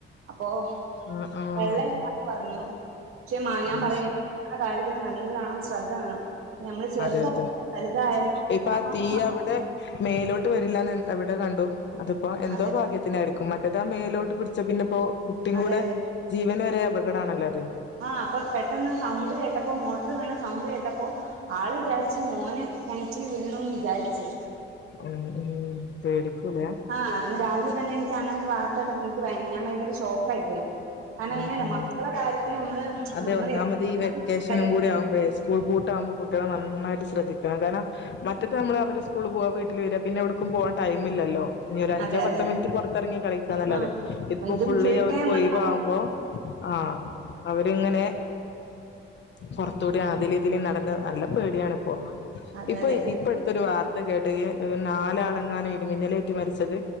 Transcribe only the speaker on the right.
അപ്പൊ
വെള്ളംല്ലന്ന് പറഞ്ഞുേ മാ ഞാൻ
പറയാ
ആ കാര്യത്തില് നല്ലണം ശ്രദ്ധ വേണം നമ്മൾ ചെറുതായാലും
വലുതായാലും എല്ലാ
മക്കളും
അതെ
അതെ
അതെ
ആ അപ്പൊ പെട്ടെന്ന് സൗണ്ട് കേട്ടപ്പോ മോട്ടർ വീണാസൗണ്ട് കേട്ടപ്പോ ആള് വിചാരിച്ചു മോൻ കിണറ്റിൽ വീണന്ന് വിചാരിച്ചു
ആരാവിലെ തന്നെ ഇൻക്ക് അങ്ങന ഒരു വാർത്തകോട്ടപ്പാ ഇനിക്ക് ഭയങ്കര ഷോക്കാ ആായി പോയി അങ്ങനെയല്ല
മക്കളെ കര്യത്തിൽ നമ്മള്
എത്ര
അതെ
അതെ
ഉം
ഇതും
ഫുൾ ടൈം നമ്മള്
അതെ
അതെ